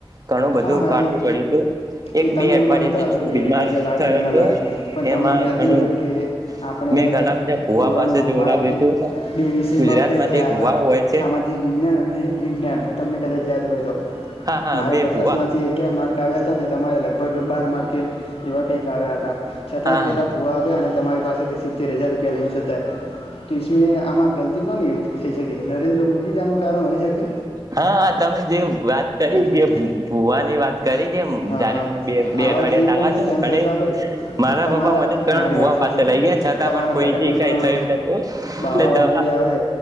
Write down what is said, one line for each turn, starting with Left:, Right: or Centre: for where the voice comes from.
Right: ઘણું બધું
Left: હા હા
Right: કાઠું
Left: એ
Right: પડ્યું હતું એક
Left: એ તમે
Right: બે અઠવાડિયા
Left: એવું માનતા
Right: જેટલો
Left: હશો
Right: હું
Left: કે
Right: બીમાર
Left: નજર લાગે
Right: થયો
Left: ન
Right: હતો
Left: લાગે પણ તમને
Right: એમાં
Left: યાદ
Right: ઘણું
Left: નહી હોય કે આપણે
Right: મેં ઘણા બધા ભુવા
Left: ધોરણ
Right: પાસે
Left: નવમાં
Right: જોવરાવ્યું હતું
Left: એક બે વિષયમાં
Right: ગુજરાતમાં
Left: ફેલ થયા
Right: જે ભુવા
Left: હતા
Right: હોય છે
Left: સામાજિક વિજ્ઞાન અને વિજ્ઞાન તમને કદાચ યાદ હોય તો
Right: હા હા
Left: મારે
Right: મેં
Left: પચાસમાંથી
Right: ભુવા
Left: અગિયાર માર્ક અને તમારે લગભગ બાર માર્કે એવા કંઈક આવ્યા હતા. છતાંય
Right: હા હા
Left: પેલા ભૂવા આવ્યા અને તમારી પાસેથી સિત્તેર હજાર રૂપિયા લઈને જતા તો ઈસમે આમાં ગલતી કોની થઈ શકે નરેન્દ્ર મોદી જ આનું કારણ હોય? થકે
Right: હા તમે જે વાત કરી
Left: છે
Right: કે ભૂવાની વાત કરી દે
Left: હા
Right: જયારે
Left: હા
Right: મને બે બે
Left: આવા
Right: અઠવાડિયા
Left: જે
Right: તાવ
Left: પણ
Right: આયો
Left: સ્કેમ
Right: તો અણે
Left: થતા હોય
Right: મારા
Left: તમારા
Right: પપ્પા મને ત્રણ
Left: મારી
Right: ભુવા
Left: વાત સાંભળો
Right: પાસે લઈ ગયા છતાં
Left: તમારા
Right: પણ કોઈથી
Left: ઘરે કોઈ
Right: કાઈ
Left: પણ
Right: થયું નતું
Left: બાવા
Right: ને દવા
Left: વગેરે આવે